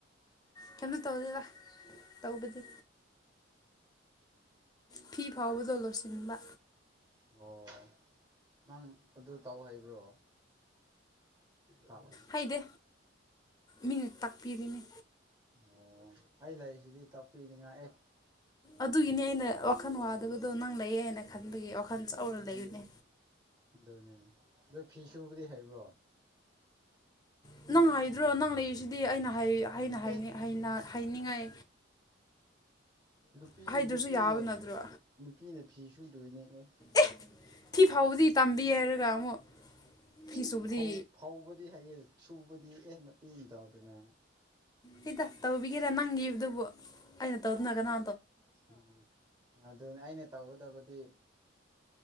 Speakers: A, on the left; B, on the right.
A: ꯀꯩꯅꯣ ꯇꯧꯗꯦꯕ ꯇꯧꯕꯗꯤ ꯐꯤ ꯐꯥꯎꯕꯗꯣ ꯂꯣꯠꯁꯤꯟꯕ
B: ꯑꯣ ꯅꯪ ꯑꯗꯨ ꯇꯧ ꯍꯥꯏꯕ꯭ꯔꯣ ꯇꯥꯕ
A: ꯍꯩꯗꯦ ꯃꯤꯅ ꯇꯥꯛꯄꯤꯔꯤꯅꯤ
B: ꯑꯣ ꯑꯩ ꯂꯩꯔꯤꯁꯤꯗꯤ ꯇꯥꯛꯄꯤꯅꯤꯡꯉꯥꯏ ꯑꯦ
A: ꯑꯗꯨꯒꯤꯅꯤ ꯑꯩꯅ ꯋꯥꯈꯜ ꯋꯥꯗꯕꯗꯣ ꯅꯪ ꯂꯩꯌꯦ ꯍꯥꯏꯅ ꯈꯟꯕꯒꯤ ꯋꯥꯈꯜ ꯆꯥꯎꯔ ꯂꯩꯕꯅꯦ
B: ꯑꯗꯨꯅꯦ ꯑꯗꯨ ꯐꯤꯁꯨꯨꯕꯨꯗꯤ ꯍꯩꯕ꯭ꯔꯣ
A: ꯅꯪ ꯍꯥꯏꯗ꯭ꯔꯣ ꯅꯪ ꯂꯩꯔꯤꯁꯤꯗꯤ ꯑꯩꯅ ꯑꯩꯅ
B: ꯑꯦ
A: ꯍꯥꯏꯅꯤꯡꯉꯥꯏ
B: ꯅꯨꯄꯤ
A: ꯍꯗ꯭ꯔꯁꯨ
B: ꯅꯨꯄꯤꯅ
A: ꯌꯥꯕ ꯅꯠꯇ꯭ꯔꯣ
B: ꯅꯨꯄꯤꯅ ꯐꯤꯁꯨ ꯂꯣꯏꯅꯦꯛꯑꯦ
A: ꯑꯦ ꯐꯤ ꯐꯥꯎꯕꯗꯤ ꯇꯝꯕꯤ ꯍꯥꯏꯔꯒ ꯑꯃꯨꯛ ꯐꯤ
B: ꯏ
A: ꯁꯨꯕꯗꯤ
B: ꯐꯧ ꯐꯧꯕꯗꯤ ꯍꯩꯌꯦ ꯁꯨꯕꯗꯤ ꯑꯦ ꯍꯦꯟꯅ ꯄꯤꯅꯤꯗꯧꯗꯅꯦ
A: ꯍꯗ ꯇꯧꯕꯤꯒꯦꯔ ꯅꯪꯒꯤꯗꯨꯕꯨ ꯑꯩꯅ ꯇꯧꯗꯨꯅ ꯀꯅꯥ
B: ꯎꯝ ꯑꯗꯨꯅ ꯑꯩꯅ ꯇꯧꯒꯗꯕꯗꯤ